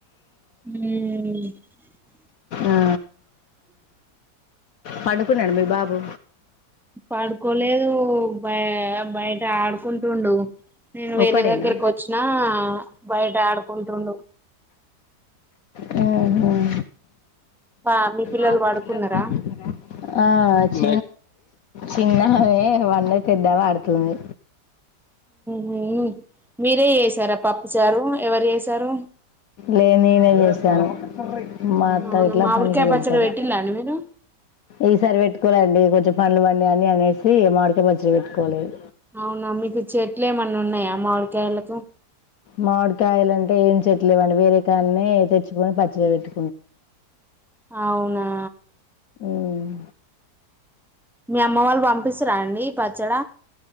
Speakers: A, in the centre; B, on the left (about 65°).
A: ఉమ్
B: ఆ పడు పోనాడు మీ బాబు
A: పడుకోలేదు బ బయట ఆడుకుంటుండు నేను వేరే
B: ఒక్కడేనా
A: దగ్గరకు వచ్చినా ఆ బయట ఆడుకుంటుండు
B: హమ్ హమ్
A: పా మీ
B: ఆ
A: పడుకున్నారా
B: పిల్లలు పండుకున్రా అచ్ చిన్న ఆమె వండ పెద్దా ఆడుతుంది
A: మీ మీరే చేసారా పప్పుచారు ఎవరు చేసారు
B: లేని నేనే చేశాను మా అత్త
A: అవును
B: ఇట్లా
A: మామిడికాయ
B: పనికి వెళ్తారు
A: పచ్చడి పెట్టిలా అండి మీరు
B: ఈసారి వెట్టుకో లెండి కొంచెం పంలు బండి అన్ని అనేసి మామిడి కాయ పచ్చడి పెట్టుకోలేదు
A: అవునా మీకు చెట్లు ఏమన్నా ఉన్నాయా మామిడికాయలకు
B: మావిడి కాయాలంటే ఏంటి చెట్లు లెవ్వండి వేరే కాన్నె తెచ్చుకొని పచ్చడి పెట్టు
A: అవునా
B: హమ్
A: మీ అమ్మ వాళ్ళు పంపిస్తరా అండి పచ్చడ